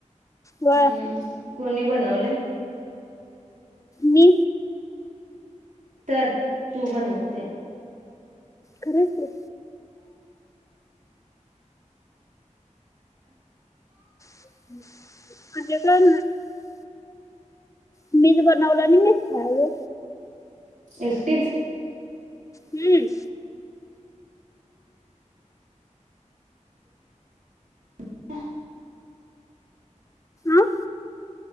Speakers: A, on the left; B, on the right.
A: व
B: हम्म कोणी बनवले
A: मी
B: तर तू बनवते
A: खरंच की <unintelligible> मीच बनवला आणि मीच खायले.
B: एकटीच
A: हम्म.
B: <inaudible>
A: हा